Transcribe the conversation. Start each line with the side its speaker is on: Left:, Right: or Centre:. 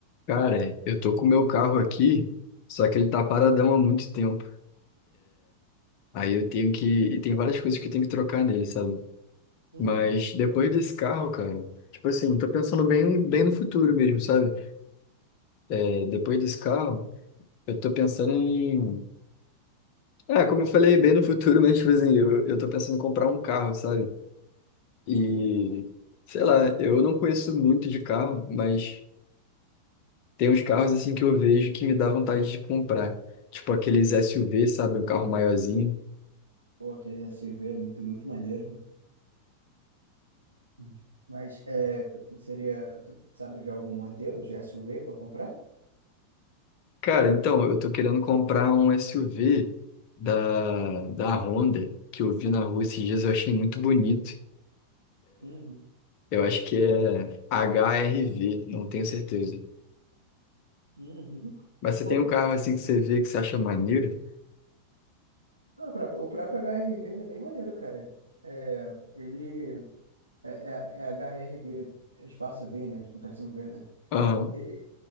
Left: Cara, eu tô com o meu carro aqui, só que ele tá paradão há muito tempo. Aí eu tenho que. E tem várias coisas que eu tenho que trocar nele, sabe?
Right: Uhum.
Left: Mas depois desse carro, cara, tipo assim, tô pensando bem, bem no futuro mesmo, sabe? É, depois desse carro, eu tô pensando em. É, como eu falei, bem no futuro, mas, tipo assim, eu, eu tô pensando em comprar um carro, sabe? E.
Right: Sim.
Left: Sei lá, eu não conheço muito de carro, mas tem uns carros, assim, que eu vejo que me dá vontade de comprar. Tipo aqueles SUV, sabe? Um carro maiorzinho.
Right: Pô, aquele SUV é muito, muito maneiro. Hum. Mas é, tu- seria, tu sabe já algum modelo de SUV para comprar?
Left: Cara, então, eu tô querendo comprar um SUV da, da Honda, que eu vi na rua esses dias, eu achei muito bonito.
Right: Uhum.
Left: Eu acho que é HRV, não tenho certeza.
Right: Uhum.
Left: Mas você
Right: Pô,
Left: tem um carro assim que você vê que você acha maneiro?
Right: a pró- o próprio HRV ele é bem maneiro, cara. É, ele é, é, é HRV, é espaço V, né? Tipo, tracinho V, né?
Left: Aham.
Right: Ele,